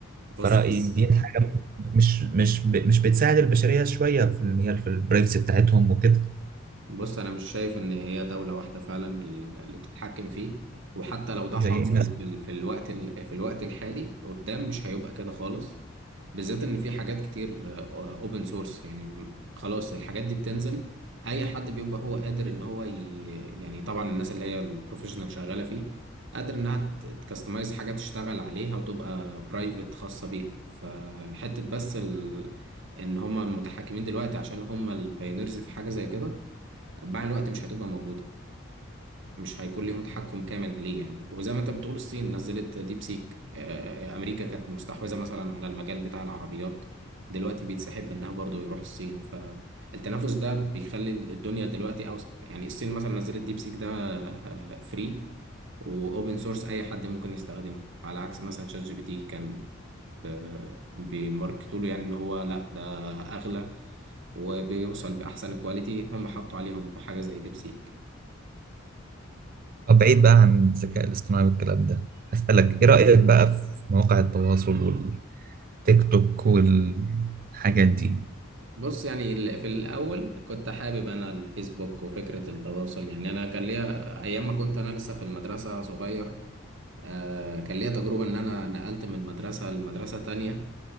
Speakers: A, on the right; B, on the right.
A: بص
B: فرأيي
A: بس
B: دي حاجة مش مش ب... مش بتساعد البشرية شوية في إن هي في البرايفسي بتاعتهم وكده
A: بص انا مش شايف ان هي دوله واحده فعلا اللي بتتحكم فيه وحتى لو ده
B: زي
A: حاصل
B: الناس
A: في ال- في الوقت ال- في الوقت الحالي قدام مش هيبقى كده خالص بالذات ان في حاجات كتير اوبن سورس يعني م- خلاص الحاجات دي بتنزل اي حد بيبقى هو قادر ان هو ي... يعني طبعا الناس اللي هي البروفيشنال شغاله فيه قادر انها تكستمايز حاجه تشتغل عليها وتبقى برايفت خاصه بيها فحته بس ال... ان هم المتحكمين دلوقتي عشان هم البايونيرز في حاجه زي كده مع الوقت مش هتبقى موجودة مش هيكون ليهم تحكم كامل عليه يعني وزي ما انت بتقول الصين نزلت ديب سيك آه، آه، آه، امريكا كانت مستحوذة مثلا على المجال بتاع العربيات دلوقتي بيتسحب منها برضو يروح الصين فالتنافس ده بيخلي الدنيا دلوقتي اوسع يعني الصين مثلا نزلت ديب سيك ده فري واوبن سورس اي حد ممكن يستخدمه على عكس مثلا شات جي بي تي كان ب- بيماركتوا له يعني ان هو لا ده اغلى وبيوصل باحسن كواليتي هم حطوا عليهم بحاجة زي ديب سيك
B: طب بعيد بقى عن الذكاء الاصطناعي والكلام ده أسألك إيه رأيك بقى في مواقع التواصل والتيك توك والحاجات دي
A: بص يعني ال- في الأول كنت حابب أنا الفيسبوك وفكرة التواصل يعني أنا كان ليا أيام ما كنت أنا لسه في المدرسة صغير آه، كان ليا تجربة إن أنا نقلت من مدرسة لمدرسة تانية